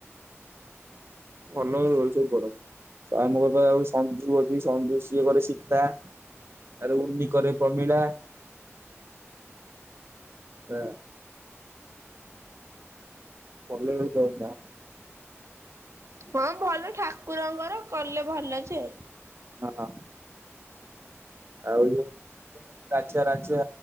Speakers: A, on the right; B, on the right.
A: ଅନ ରୁଚ ପଡ ଆମ ଘର ଆଉ ସଞ୍ଜୁ ଅଛି ସଞ୍ଜୁ ସିଏ କରେ ଶୀତା ଆରେ ଉନ୍ନି କରେ ପ୍ରମିଳା ହଁ ପଲେଇ ତଥିଲା
B: ହଁ ଭଲ ଠାକୁରଙ୍କର କଲେ ଭଲ ଯେ
A: ହଁ ଆଉ ଯୋଉ ରାଜା ରାଜା